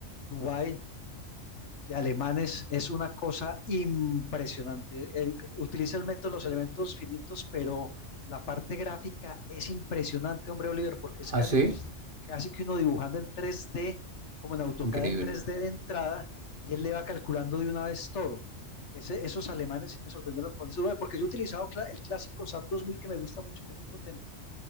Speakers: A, on the left; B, on the right.
A: Dubai, de alemanes es una cosa impresionante. Él utiliza el método, de los elementos finitos, pero la parte gráfica es impresionante, hombre Oliver, porque es
B: Ah,
A: casi,
B: sí.
A: casi que uno dibujando en 3D, como en AutoCAD
B: Increíble.
A: en 3D de entrada, y él le va calculando de una vez todo. Ese, esos alemanes sí me sorprendieron con eso, porque yo he utilizado cl el clásico SAP 2000 que me gusta mucho, que es muy potente,